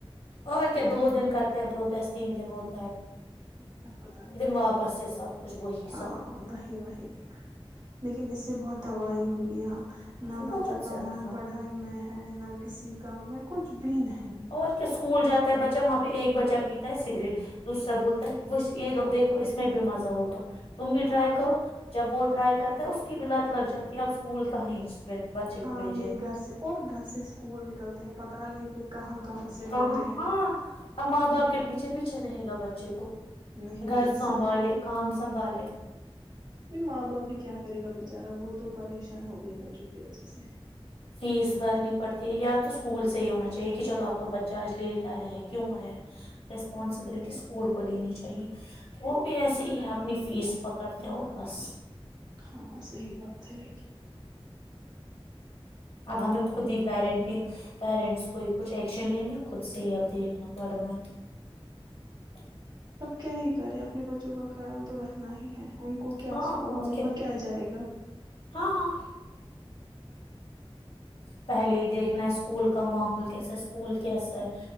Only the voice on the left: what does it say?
اور کیا دو دن کرتے ہیں پروٹیسٹ تین دن ہوتے
واپس سے سب کچھ وہی
سب
بہت
زیادہ
اور کیا اسکول جاتا تا بچہ وہاں پہ ایک بچہ پیتا ہے سگریٹ دوسرا بولتا ہے یہ لو دیکھو اس میں بھی مزہ ہوگا تم بھی ٹائی
کرو جب وہٹ رائی کرتا ہے اس کی بلات لگ جاتی ہے اب اسکول کہیں بچے کو
بھیجے
ا
ہاں <unintelligible> ا ماں باپ کے پیچھے پیچھے رہے گا بچے کو
گھر
سنبھالے کام سنبالے
فیس بھرنی پڑتی ہے یا تو اسکول سے ہی ہونا چاہیے کہ چلو آپ کا بچہ آج لیٹ آیا ہے کیوں آیا ہے ریسپانسبلٹی اسکول کو لینی چاہیے وہ بھی ایسی ہی ہیں اپنی فیس پکڑتے ہیں اور بس
اب ہمیں خود ہی پیرنٹنگ پیرنٹس کوئی کچھ ایکشن لینا خود سے ہی اب دیکھنا پڑنا ہے <unintelligible>
ہاں
اور
ہاں پہلے ہی دیکھنا ہے اسکول کا ماحول کیسا ہے اسکول کیسا ہے